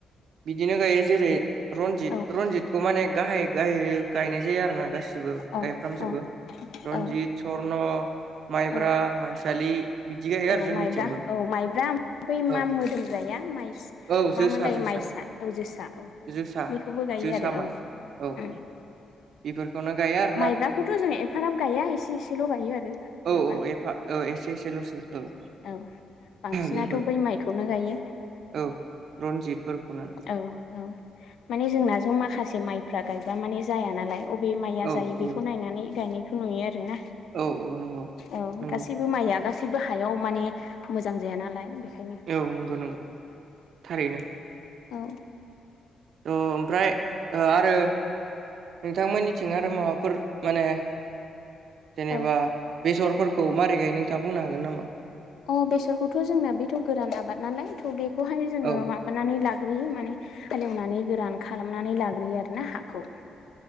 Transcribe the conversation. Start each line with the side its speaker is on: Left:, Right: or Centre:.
Right: बिदिनो गायो जेरै रनजित
Left: औ
Right: रनजितखौ माने गाहाय गाहाय गायनाय जायो आरो ना गासि बो
Left: औ
Right: गायफ्रामजोबो
Left: औ
Right: रनजित
Left: औ
Right: सरन माइब्रा
Left: औ
Right: माइसालि बिदि गायो
Left: औ
Right: आरो जोंनिथिंबो
Left: माइब्रा औ माइब्रा बै
Right: औ
Left: मा मोदोमग्राया माइ
Right: औ जोसा
Left: मा मोनलायो
Right: जोसा
Left: माइसा औ जोसा औ
Right: जोसा
Left: बेखौबो गायो
Right: जोसा
Left: आरो
Right: माइ
Left: औ उम
Right: औ औ बेफोरखौनो गायो आरो
Left: माइब्राखौथ' जों एफाराब गायो एसे एसेल' गायो आरो जेन'
Right: औ औ एफा औ एसे एसेल'सो औ
Left: औ बांसिनाथ'
Right: बेफोर
Left: बै माइखौनो गायो
Right: औ रनजितफोरखौनो
Left: औ औ माने जोंनााजों माखासे माइफ्रा गायबा माने जाया नालाय अबे माइ
Right: औ
Left: जायो बेखौ
Right: औ
Left: नायनानै गायनायखौ नुयो आरोना
Right: औ औ नंगौ
Left: औ
Right: नंगौ
Left: गासैबो माइया गासैबो हायाव माने मोजां जाया नालाय बेखायनो
Right: औ नंगौ नंगौ थारैनो
Left: औ
Right: थ' ओमफ्राय आरो नोंथांमोननिथिं आरो माबाफोर माने जेनेबा
Left: औ
Right: बेसरफोरखौ मारै गायो नोंथाङा बुंनो हागोन नामा
Left: अ बेसरखौथ' जोंना बेथ' गोरान आबाद नालाय थ' बेखौहाय जोङो
Right: औ
Left: मा बानानै लाग्रोयो माने हालेवनानै गोरान खालामनानै लाग्रोयो आरो ना हाखौ